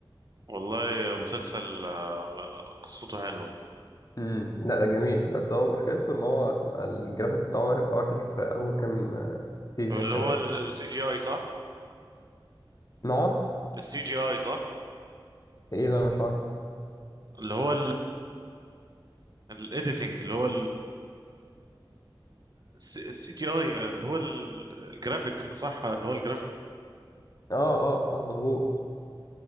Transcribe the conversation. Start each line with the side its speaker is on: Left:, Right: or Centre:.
Right: والله مسلسل آه، قصته حلوة
Left: امم لا ده جميل بس هو مشكلته ان هو هتبقى الجرافيك بتاعه هيبقى وحش في اول كام آه، سيزون
Right: اللي
Left: كده
Right: هو السي جي اي صح
Left: نقعد
Right: السي جي اي صح
Left: ايه ده انا مش عارف
Right: اللي هو الايديتنج اللي هو السي جي اي اللي هو ال- الجرافيك صح اللي هو الجرافيك
Left: اه اه اه مظبوط